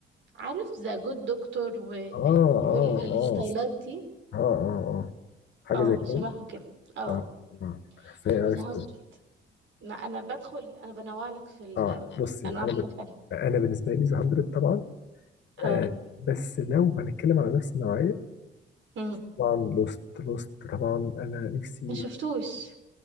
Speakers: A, on the right; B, on the left.
A: عارف ذا جود دكتور و...
B: اه اه
A: والستايلات
B: اه
A: دي
B: اه اه اه حاجه
A: اه
B: زي كده
A: شبهه
B: يعني؟
A: كده اه
B: اه اه ازاي
A: وذا
B: عرفت
A: هاندرد انا أنا بدخل انا بنوع لك في
B: اه بصي
A: الانواع المختلفة
B: انا ب... انا بالنسبه لي ذا 100 طبعا
A: اه
B: آه بس لو هنتكلم على نفس النوعيه
A: مم.
B: طبعا لوست لوست طبعا انا نفسي
A: ما شفتوش